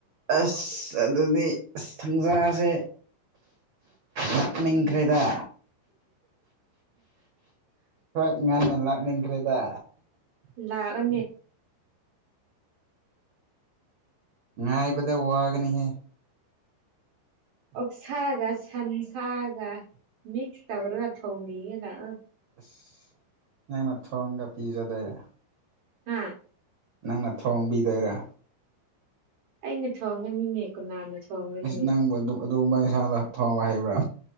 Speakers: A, on the right (about 85°); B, on the right (about 65°).
A: ꯑꯁ ꯑꯗꯨꯅꯤ ꯑꯁ ꯊꯪꯖꯔꯁꯦ ꯂꯥꯛꯅꯤꯪꯈ꯭ꯔꯦꯗ ꯍꯣꯏ ꯉꯟꯅ ꯂꯥꯛꯅꯤꯡꯈ꯭ꯔꯦꯗ
B: ꯂ ꯑ
A: ꯉ ꯏꯕꯗ ꯋꯥꯒꯅꯤꯍꯦ
B: ꯑꯣꯛꯁꯥꯒ ꯁꯟꯁꯥꯒ ꯃꯤꯛꯁ ꯇꯧꯔꯒ ꯊꯣꯡꯔꯤꯒꯦ ꯂꯥꯛ ꯑ
A: ꯑꯁ ꯅꯪꯅ ꯊꯣꯡꯒ ꯄꯤꯖꯗꯣꯏꯔꯦ
B: ꯑꯝ
A: ꯅꯪꯅ ꯊꯣꯡꯕꯤꯗꯣꯏꯔꯥ
B: ꯑꯩꯅ ꯊꯣꯡꯉꯅꯤꯅꯦ ꯀꯅꯥꯅ ꯊꯣꯡꯉꯅꯤ
A: ꯑꯁ ꯅꯪꯕꯨ ꯑꯗꯨꯒꯨꯝꯕ ꯏꯟꯁꯥꯡꯗ ꯊꯣꯡꯕ ꯍꯩꯕ꯭ꯔꯥ